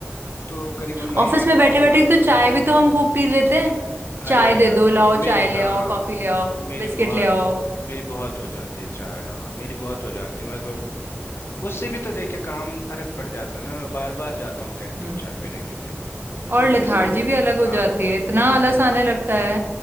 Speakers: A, on the left; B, on the right.
A: तो करीबन महीने
B: ऑफिस में
A: का
B: बैठे
A: दस
B: बैठे
A: बारह
B: तो चाय भी तो हम खूब पी लेते हैं
A: अरे
B: चाय दे
A: यार
B: दो लाओ
A: मेरी
B: चाय ले
A: हाँ
B: आओ कॉफी
A: म-
B: ले आओ
A: मेरी
B: बिस्किट
A: बहुत
B: ले आओ
A: मेरी बहुत हो जाती है चाय हाँ मेरी बहुत हो जाती है मैं तो उससे भी तो देखे काम फर्क पड़ जाता है ना मैं बार बार जाता हूँ कैंटीन
B: हम्म।
A: चाय पीने के लिए
B: और
A: तो उससे
B: लेथार्जी
A: भी कितना
B: भी अलग हो
A: हाँ
B: जाती है इतना
A: बिल्कुल
B: आलस आने लगता है